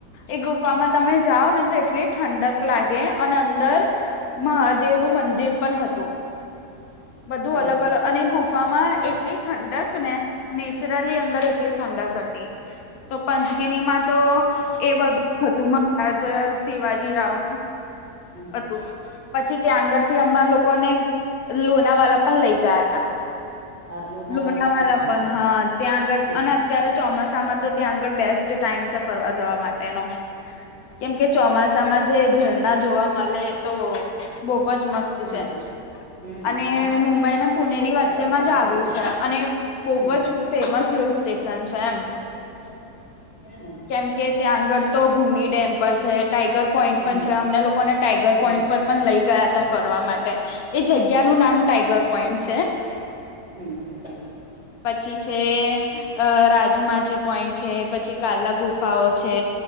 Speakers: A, on the left; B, on the right.
A: એ ગુફામાં તમે જાઓ ને તો એટલી ઠંડક લાગે અને અંદર મહાદેવનું મંદિર પણ હતું બધું
B: હમ
A: અલગ અલગ અને ગુફા માં એટલી ઠંડક ને નેચરલી અંદર એટલી ઠંડક હતી. તો પંચગિનીમાં તો એ બધું હતું મહારાજ શિવાજી રાવ
B: હમ
A: હતું પછી ત્યાં આગળ થી હમાં લોકોને લોનાવાલા પણ લઈ ગયા હતા
B: હા
A: લોનાવાલા
B: એ સારું
A: પણ
B: છે
A: હા ત્યાં આગળ
B: હમ
A: અને ત્યારે ચોમાસામાં તો ત્યાં આગળ બેસ્ટ ટાઈમ છે ફરવા જવા માટેનો. કેમ કે ચોમાસામાં જે ઝરણા જોવા મલે એ તો બોહ અજ મસ્ત
B: હમ
A: છે.
B: હમ
A: અને
B: મહાબલેશ્વર
A: મુંબઈ ને પુણે
B: બી
A: ની
B: બહુ સરસ
A: વચ્ચેમાં
B: છે અમે
A: જ આવ્યું
B: જોયું
A: છે અને બહુ
B: હમ
A: જ ફેમસ હિલ સ્ટેશન છે એમ.
B: <inaudible>
A: કેમ કે ત્યાં આગળ તો ભૂમિ ડેમ પર છે ટાઈગર પોઈન્ટ પણ
B: હમ
A: છે. અમને લોકો ને ટાઈગર
B: હમ
A: પોઈન્ટ પર તે પણ લઈ ગયા ત ફરવા માટે એ જગ્યાનું નામ ટાઈગર પોઈન્ટ છે.
B: હમ્મ, હમ્મ, હમ્મ.
A: પછી છે અહ રાજમાજી પોઈન્ટ છે પછી કાલા ગુફાઓ છે